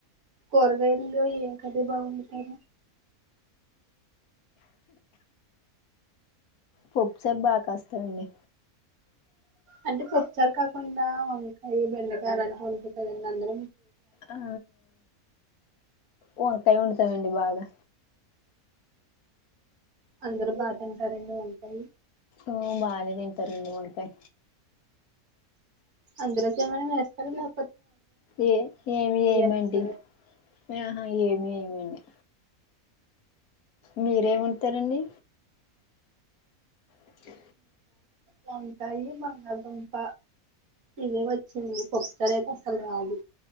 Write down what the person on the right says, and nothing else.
కూరగాయల్లో ఏం కర్రీ బాగా వండుతారు
అంటే పప్పుచారు కాకుండా వంకాయ బెండకాయ అలాంటివి వందుకుంటారా అందరూ
అందరు బాగా తింటారండి వ కాయి
అందులోకేమైనా మేస్తార లే
ఎగ్స్
వంకాయి బంగళగుంప ఇవే వచ్చండి పప్పుచారు అయితే అసలు రాదు